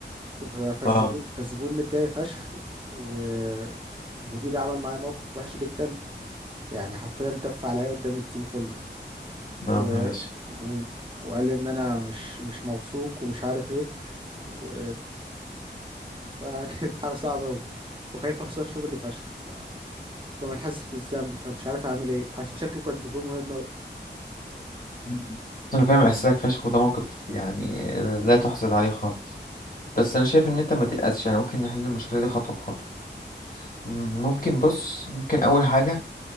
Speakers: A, on the right; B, on the left.
A: ف- فالزبون
B: اه
A: فالزبون متضايق فشخ ومديري عمل معايا موقف وحش جدا يعني حرفيا تف عليا قدام التيم كله
B: يا
A: و...
B: نهار اسود
A: م- وقال لي ان انا مش مش موثوق ومش عارف ايه و... فكانت <laughs> حاجه صعبه قوي وخايف اخسر شغلي فشخ فكمان حاسس بالذنب فمش عارف اعمل ايه عشان شكله كان زبون مهم
B: مم. انا فاهم احساسك فشخ وده موقف يعني لا تحسد عليه خالص بس انا شايف ان انت ما تقلقش يعني ممكن نحل المشكله دي خطوه بخطوه مم، ممكن بص ممكن اول حاجه